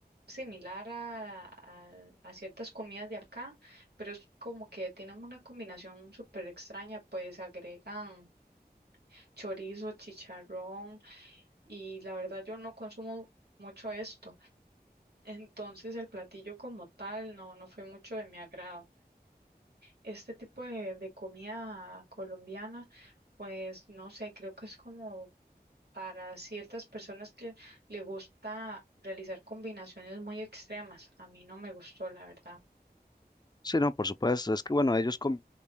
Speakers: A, on the right; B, on the left.
A: similar a, a- a ciertas comidas de acá, pero es como que tienen una combinación súper extraña, pues agregan chorizo, chicharrón y la verdad yo no consumo mucho esto, entonces el platillo como tal no, no fue mucho de mi agrado. Este tipo de, de comida colombiana, pues no sé, creo que es como... para ciertas personas que le gusta realizar combinaciones muy extremas. A mí no me gustó, la verdad.
B: Sí, no, por supuesto. Es que bueno, ellos comen